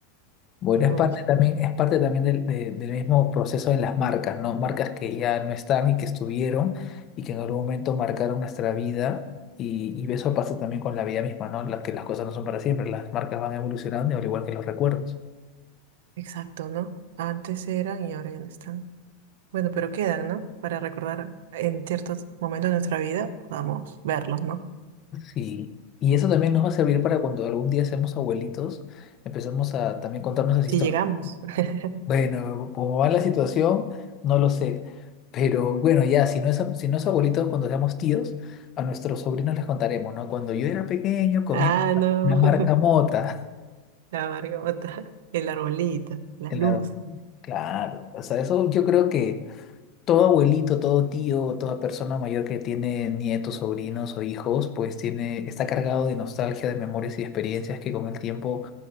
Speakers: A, on the left; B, on the right.
A: Bueno, es
B: Uy,
A: parte también, es parte también del, de- del mismo proceso de las marcas, ¿no? Marcas que ya no están y que estuvieron y que en algún momento marcaron nuestra vida. Y, y eso pasa también con la vida misma, ¿no? La, que las cosas no son para siempre, las marcas van evolucionando al igual que los recuerdos.
B: exacto, ¿no? Antes eran y ahora ya no están. Bueno, pero quedan, ¿no? Para recordar en ciertos momentos de nuestra vida, podamos verlos, ¿no?
A: Sí, y eso también nos va a servir para cuando algún día seamos abuelitos, empezamos a también contarnos las
B: Si
A: historias.
B: llegamos. <laughs>
A: Bueno, cómo va la situación, no lo sé, pero bueno, ya, si no es, si no es abuelitos, cuando seamos tíos, a nuestros sobrinos les contaremos, ¿no? Cuando yo era pequeño comía
B: Ah, no.
A: una marca
B: <laughs>
A: mota. <laughs>
B: La margota, el arbolito, las
A: Claro,
B: luces.
A: claro, o sea, eso yo creo que Todo abuelito, todo tío, toda persona mayor que tiene nietos, sobrinos o hijos, pues tiene, está cargado de nostalgia, de memorias y experiencias que con el tiempo